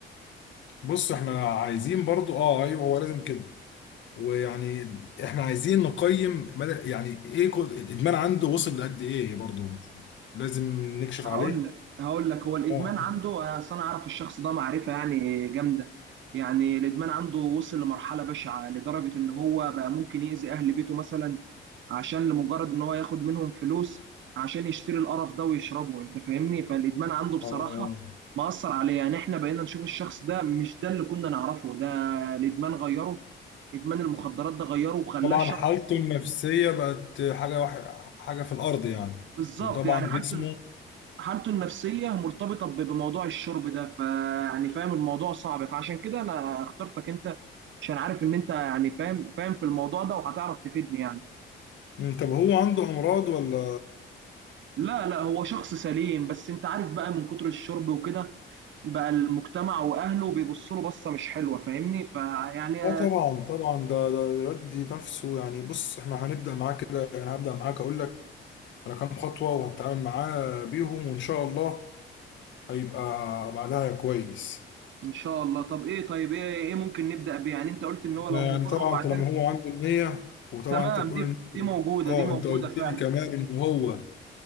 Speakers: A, on the left (about 70°); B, on the right (about 70°).
A: بص احنا عايزين برضو اه ايوه هو لازم كده ويعني احنا عايزين نقيم مدى يعني ايه كو- الادمان عنده وصل لقد ايه برضو لازم نكشف
B: هقول
A: عليه
B: لك هقول لك هو الادمان
A: اه
B: عنده انا اصل انا عارف الشخص ده معرفه يعني جامده يعني الادمان عنده وصل لمرحله بشعه لدرجه ان هو بقى ممكن يأذي اهل بيته مثلا عشان لمجرد ان هو ياخد منهم فلوس عشان يشتري القرف ده ويشربه انت فاهمني فالادمان عنده بصراحه
A: اه
B: مأثر عليه يعني احنا بقينا نشوف الشخص ده مش ده اللي كنا نعرفه ده الادمان غيره ادمان المخدرات ده غيره وخلاه
A: طبعا
B: شخص
A: حالته النفسية بقت حاجة وح... حاجة في الأرض يعني
B: بالظبط
A: وطبعا
B: يعني حالته
A: جسمه
B: حالته النفسيه مرتبطه ب- بموضوع الشرب ده فيعني فاهم الموضوع صعب فعشان كده انا اخترتك انت عشان عارف ان انت يعني فاهم فاهم في الموضوع ده وهتعرف تفيدني يعني
A: مم، طب هو عنده أمراض ولا
B: لا لا هو شخص سليم بس انت عارف بقى من كتر الشرب وكده بقى المجتمع واهله بيبصوا له بصه مش حلوه فاهمني فيعني
A: اه طبعا طبعا ده ده يودي نفسه يعني بص احنا هنبدأ معاه كده يعني هبدأ معاك أقول لك على كام خطوة وهتعامل معاه بيهم وإن شاء الله هيبقى بعدها كويس
B: ان شاء الله طب ايه طيب ايه ايه ممكن نبدا بيه يعني انت قلت ان هو لو
A: يعني
B: مقر
A: طبعا
B: ومعترف
A: طالما هو عنده النية وطبعا
B: تمام
A: أنت بتقول
B: دي دي
A: إن
B: موجوده
A: اه
B: دي موجوده
A: انت قلت
B: فعلا
A: لي كمان ان هو